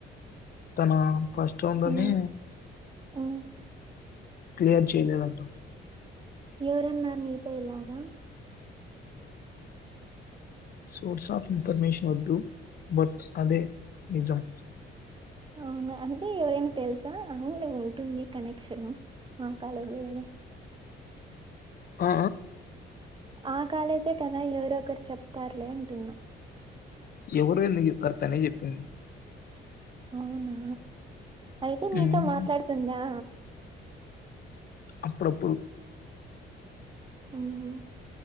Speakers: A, on the left (about 50°); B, on the right (about 25°).
A: తన ఫస్ట్ రౌండ్ లోనే
B: మ్మ్ మ్మ్
A: క్లియర్ చేయలేదంట
B: ఎవరన్నారు నీతో ఇలాగ
A: సోర్స్ ఆఫ్ ఇన్ఫర్మేషన్ వద్దు బట్ అదే నిజం
B: అవునా అంటే ఎవరైనా తెలుసా అవునే ఉంటుంది కనెక్షను ఆ కాలేజీ ఏదో
A: ఆ
B: ఆ కాలేజే కదా ఎవరొ ఒకరు చెప్తారులే అంటున్నా
A: ఎవరో ఎందుకు చెప్తారు తనేే చెప్పింది
B: అవునా అయితే నీతో
A: హ్మ్.
B: మాట్లాడుతుందా
A: అప్పుడపుడు
B: హ్మ్ హు